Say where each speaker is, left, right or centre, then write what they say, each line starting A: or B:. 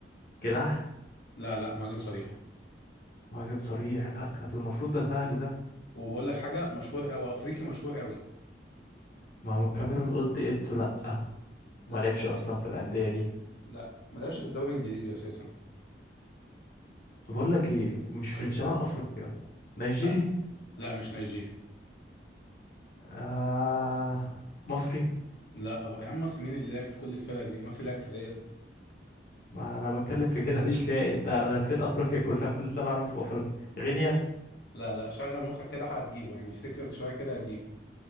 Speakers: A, on the left (about 50°); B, on the left (about 75°).
A: جناح
B: لا لا مهاجم صريح
A: مهاجم صريح لا طب المفروض ده سهل ده
B: وبقول لك حاجه مشهور او افريقي مشهور قوي
A: ما هو من الكاميرون قلت ايتو لا
B: لا
A: ما لعبش اصلا في الانديه دي
B: لا ما لعبش في الدوري الانجليزي اساسا
A: بقول لك ايه مش
B: ولا
A: من شمال افريقيا نيجيري
B: لا لا مش نيجيري
A: آه مصري
B: لا أبقى يا عم مصر مين اللي لعب في كل الفرق دي مصر لعب في ريال
A: ما انا بتكلم في كده مش لاقي انت انا لفيت افريقيا كلها كل اللي انا اعرفه في افريقيا غينيا
B: لا لا شغل مخك كده هتجيبه يعني افتكر شويه كده هتجيبه